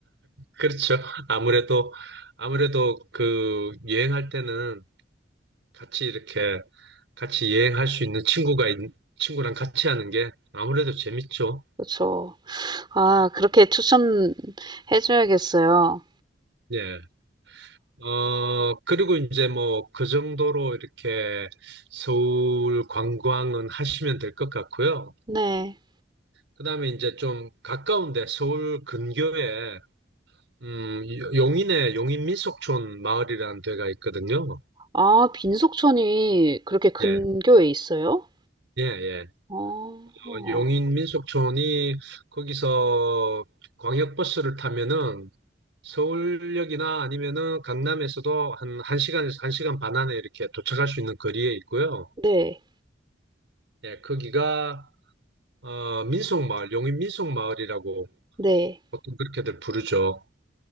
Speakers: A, on the right; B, on the right.
A: 그렇죠. 아무래도 아무래도 그 여행할 때는 같이 이렇게 같이 여행할 수 있는 친구가 있, 친구랑 같이 하는 게 아무래도 재밌죠.
B: 그죠 아, 그렇게 추천해 줘야겠어요.
A: 예. 어, 그리고 이제 뭐 그 정도로 이렇게 서울 관광은 하시면 될 것 같고요.
B: 네.
A: 그다음에 이제 좀 가까운데 서울 근교에 음, 용인에 용인 민속촌 마을이라는 데가 있거든요.
B: 아, 민속촌이 그렇게 근교에
A: 예.
B: 있어요?
A: 예, 예.
B: 아,
A: 어, 용인 민속촌이 거기서 광역버스를 타면은 서울역이나 아니면은 강남에서도 한 1시간에서 한 시간 반 안에 이렇게 도착할 수 있는 거리에 있고요.
B: 네,
A: 예, 거기가 어, 민속마을, 용인 민속마을이라고
B: 네.
A: 보통 그렇게들 부르죠.